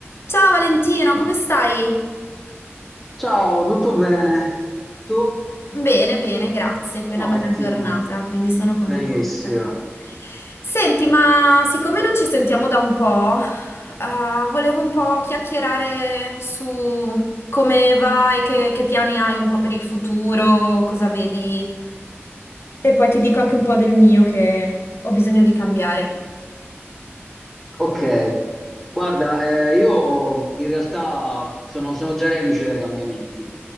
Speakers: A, on the left; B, in the centre.
A: Ciao Valentino, come stai?
B: Ciao, tutto bene? Tu?
A: Bene, bene, grazie. Qui è una
B: Ottimo,
A: bella giornata, quindi sono contenta.
B: benissimo.
A: Senti, ma siccome non ci sentiamo da un po', eh, volevo un po' chiacchierare su come va e che, che piani hai un po' per il futuro, cosa vedi. E poi ti dico anche un po' del mio che ho bisogno di cambiare.
B: Ok, guarda, eh, io in realtà sono, sono già reduce dai cambiamenti,